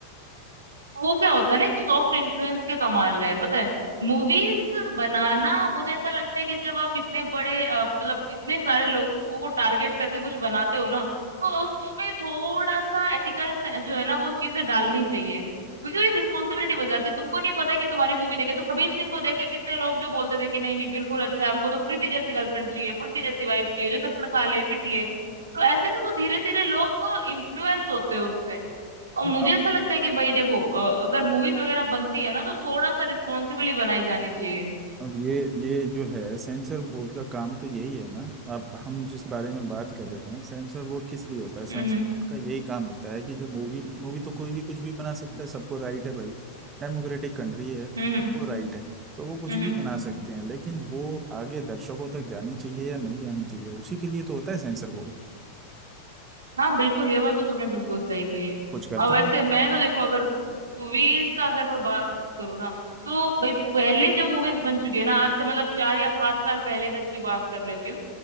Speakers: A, on the right (about 70°); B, on the right (about 25°).
A: वो क्या होता है ना एक सॉफ्ट इन्फ्लुएंस के कमाल है पता है मूवीज बनाना मुझे ऐसा लगता है कि जब आप इतने बड़े अ, मतलब इतने सारे लोगों को टारगेट करके कुछ बनाते हो ना तो उसमें थोड़ा सा एथिकल जो है ना वो चीजें डालनी चाहिए क्योंकि वो एक रिस्पॉन्सिबिलिटी बन जाती है तुमको नहीं पता कि तुम्हारी मूवी देखे तो कबीर सिंह को देखे कितने लोग जो बोलते थे कि नहीं नहीं बिल्कुल अच्छा है, हमको तो प्रीति जैसी गर्लफ्रेंड चाहिए प्रीति जैसी वाइफ चाहिए जो थप्पड़ खा ले पिट ले तो ऐसे ना वो धीरे धीरे लोग इन्फ्लुएंस होते हैं उससे और
B: है
A: मुझे ऐसा लगता है कि भाई देखो अ, अगर मूवीज वगैरह बनती है ना तो थोड़ा सा रिस्पॉन्सिबली बनाई जानी चाहिए
B: अब ये ये जो है सेंसर बोर्ड का काम तो यही है ना आप हम जिस बारे में बात कर रहे हैं सेंसर बोर्ड किस लिए होता है सेंसर
A: हम्म
B: बोर्ड का यही काम होता है कि जो मूवी मूवी तो कोई भी कुछ भी बना सकता है सबको राइट है भाई डेमोक्रेटिक कंट्री है सबको
A: हम्म हम्म
B: राइट है तो वो कुछ
A: हम्म
B: भी
A: हम्म।
B: बना सकते हैं लेकिन वो आगे दर्शकों तक जानी चाहिए या नहीं जानी चाहिए उसी के लिए तो होता है सेंसर बोर्ड
A: हाँ बिल्कुल ये बात तो तुमने बिल्कुल सही कही है
B: कुछ करता
A: और वैसे
B: नहीं
A: मैं तो देखो अगर मूवीज का अगर मैं बात करूँ ना तो भाई पहले जो मूवीज बन चुकी है ना आज से मतलब चार या पांच साल पहले तक की बात कर लेती हूँ